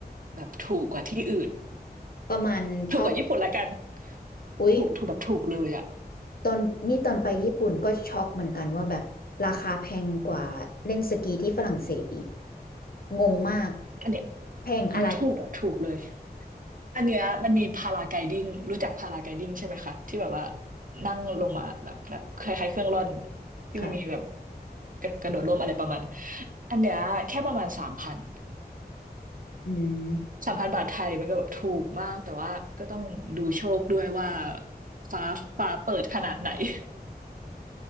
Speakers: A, on the right; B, on the left.
A: แบบถูกกว่าที่อื่น
B: ประมาณเท่า
A: ถูกกว่าญี่ปุ่นละกัน
B: อุ๊ย
A: ถูกถูกแบบถูกเลยอ่ะ
B: ตอนนี่ตอนไปญี่ปุ่นก็ช็อกเหมือนกันว่าแบบราคาแพงกว่าเล่นสกีที่ฝรั่งเศสอีกงงมาก
A: อันเนี้ย
B: แพงอะไร
A: อันนี้ถูกแบบถูกเลยอันเนี้ยมันมีพาราไกดิ้งรู้จักพาราไกดิ้งใช่ไหมคะที่แบบว่านั่งลงมาแบบแบบคล้ายๆเครื่องร่อนที่ไม่มีแบบ
B: ค่ะ
A: กระกระโดดร่มอะไรประมาณนั้นอันเนี้ยแค่ประมาณสามพัน
B: อืม
A: สามพันบาทไทยมันก็แบบถูกมากแต่ว่าก็ต้องดูโชคด้วยว่าฟ้าฟ้าเปิดขนาดไหน <laughs>